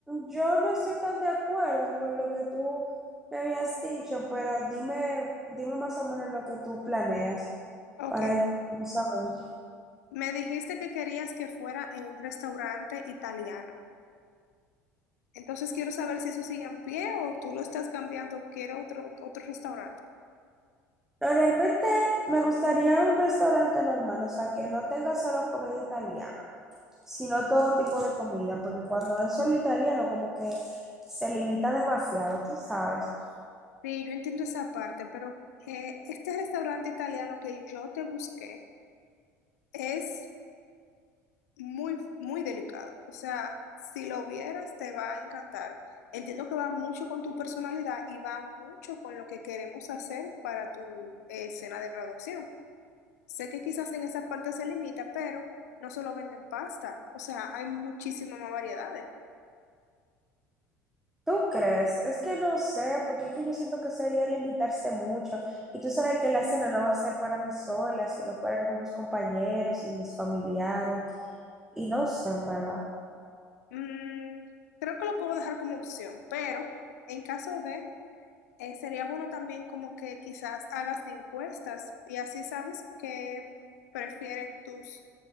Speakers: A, in the centre; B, on the left.
A: yo no estoy tan de acuerdo con lo que tú me habías dicho, pero dime, dime más o menos lo que tú planeas
B: Ok,
A: para yo saber.
B: me dijiste que querías que fuera en un restaurante italiano. Entonces quiero saber si eso sigue en pie o tú lo estás cambiando, quiero otro, otro restaurante.
A: No, realmente me gustaría un restaurante normal, o sea, que no tenga solo comida italiana, sino todo tipo de comida, porque cuando es solo italiano, como que se limita demasiado, tú sabes.
B: Sí, yo entiendo esa parte, pero eh, este restaurante italiano que yo te busqué es muy, muy delicado. O sea, si lo vieras, te va a encantar. Entiendo que va mucho con tu personalidad y va mucho con lo que queremos hacer para tu eh, cena de graduación. Sé que quizás en esa parte se limita, pero no solo venden pasta. O sea, hay muchísimas más variedades.
A: ¿Tú crees? Es que no sé, porque es que yo siento que sería limitarse mucho. Y tú sabes que la cena no va a ser para mí sola, sino para algunos compañeros y mis familiares. Y no sé, en verdad.
B: Mm, creo que lo puedo dejar como opción, pero en caso de... Eh, sería bueno también como que quizás hagas encuestas y así sabes qué prefieren tus